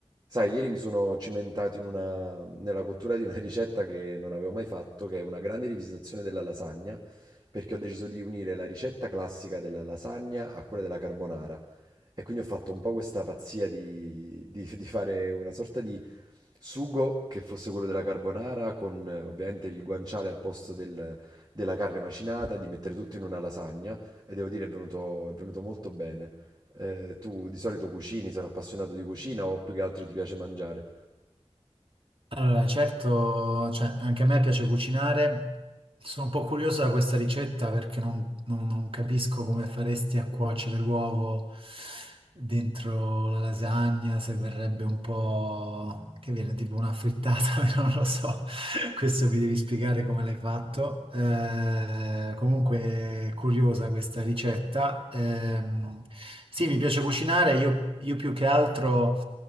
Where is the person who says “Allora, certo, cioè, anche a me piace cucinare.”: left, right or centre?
Right